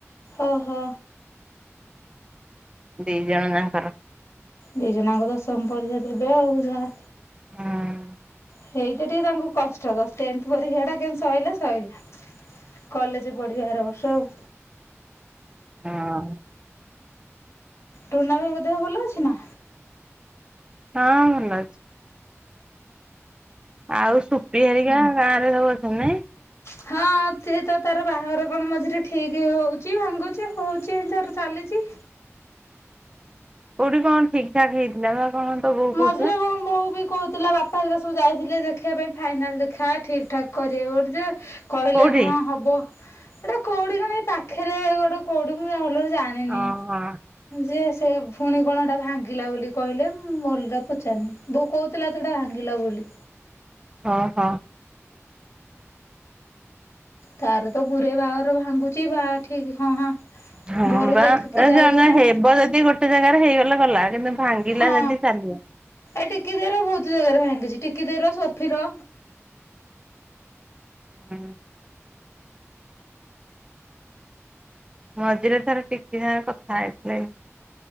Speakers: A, on the left; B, on the right.
A: ଓ ହୋ।
B: ଦି ଜଣ ଜାଙ୍କର
A: ଦି ଜଣଙ୍କ ତ ଦଶମ ପରୀକ୍ଷା ଦେବେ ହଉ ଯାହା
B: ହଁ।
A: ହେଇଟା ଟିକେ ତାଙ୍କୁ କଷ୍ଟ ଟେନ୍ଥ ପରୀକ୍ଷା ଟା କେମିତି ସଇଲେ ସଇଲା। କଲେଜ ପଢିବେ ଆର ବର୍ଷ ଆଉ।
B: ହଁ।
A: ଟୁନା ଭାଇଙ୍କ ଦେହ ଭଲ ଅଛି ନା?
B: ହଁ ଭଲ ଅଛି। ଆଉ ସୁପି ହରିକା ଗାଁ ରେ ସବୁ ଅଛନ୍ତି ନାଇ।
A: ହଁ ସେ ତ ତାର ବାହାଘର କଣ ମଝିରେ ଠିକ ହଉଛି ଭାଙ୍ଗୁଛି ହଉଛି ତାର ଚାଲି ଛି।
B: କୋଉଠି କଣ ଠିକ ଠାକ ହେଇଥିଲା ବା କଣ ତୋ ବୋଉ କହୁଥିଲା
A: ମଝିରେ କଣ ବୋଉ ବି କହୁଥିଲା ବାପା ହେରିକା ସବୁ ଯାଇଥିଲେ ଦେଖିବା ପାଇଁ ଫାଇନାଲ ଦେଖା ଠିକ ଠାକ୍ କରିବେ ବୋଲି ଜେ କହିଲେ
B: କୋଉଠି?
A: ହଁ ହବ ଏଟା କୋଉଠି କଣ ଏ ପାଖରେ ଗୋଟେ କୋଉଠି ମୁଁ <unintelligible> ଭଲରେ ଜାଣିନି
B: ଓହୋ
A: ଯେ ସେ ଫୁଣି କଣ ହେଟା ଭାଙ୍ଗିଲା ବୋଲି କହିଲେ ମୁଁ ଭଲରେ ପଚାରିନି ବୋଉ କହୁଥିଲା ତ ହେଟା ଭାଙ୍ଗିଲା ବୋଲି
B: ଓହୋ।
A: ତାର ତ ଗୁରେ ବାହାଘର ଭାଙ୍ଗୁଛି ବା ଠିକ ହଁ ହଁ
B: ହଁ
A: ଘରୁ
B: ବା
A: ଦେଖିକି
B: ଏ
A: ଯାଉଛନ୍ତି
B: ଜଣ ଜଣ ହେବ ଯଦି ଗୋଟେ ଜାଗାରେ ହେଇଗଲେ ଗଲା କିନ୍ତୁ ଭାଙ୍ଗିଲା
A: ହଁ
B: ଯଦି ଚାଲିଲା।
A: ଏ ଟିକି ଦେଇର ବହୁତ ଜାଗାରେ ଭାଙ୍ଗିଛି ଟିକି ଦେଇର ସୋଫିର।
B: ହୁଁ। ମଝିରେ ଥରେ ଟିକି ସାଙ୍ଗେ କଥା ହେଇଥିଲି।